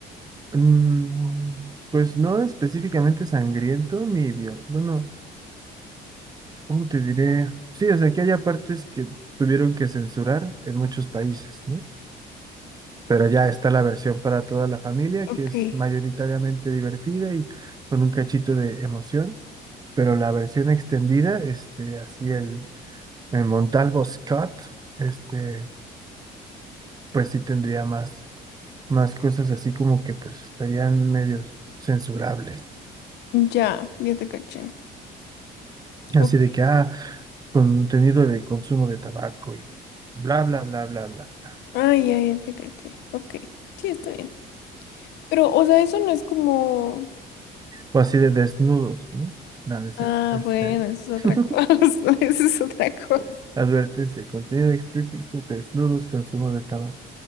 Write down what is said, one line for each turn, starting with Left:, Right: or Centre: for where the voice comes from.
Right: Mm, pues no específicamente sangriento ni violento, bueno. ¿Cómo te diré? Sí, o sea, que haya partes que tuvieron que censurar en muchos países, ¿no? Pero ya está la versión para toda la familia,
Left: Ok.
Right: que es mayoritariamente divertida y con un cachito de emoción. Pero la versión extendida, este, así el, el Montalvo Scott, este, pues sí tendría más, más cosas así como que pues estarían medios censurables.
Left: Ya, ya te caché.
Right: Así
Left: Ok.
Right: de que, ah, contenido de consumo de tabaco y bla, bla, bla, bla, bla.
Left: Ay, ya, ya te caché. Ok. Sí, está bien. Pero, o sea, eso no es como.
Right: O así de desnudos, ¿no? No, no es
Left: Ah,
Right: cierto. Este,
Left: bueno, eso es
Right: <laughs>
Left: otra cosa. <laughs> Eso es otra cosa.
Right: advertencia, contenido explícito, desnudos, consumo de tabaco.